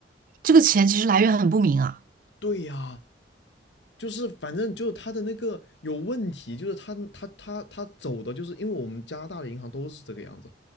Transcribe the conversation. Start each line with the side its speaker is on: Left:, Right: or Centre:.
Right: 这个钱其实来源很不明啊。
Left: 对呀，就是反正就是他的那个有问题，就是他他他他走的，就是因为我们加拿大的银行都是这个样子，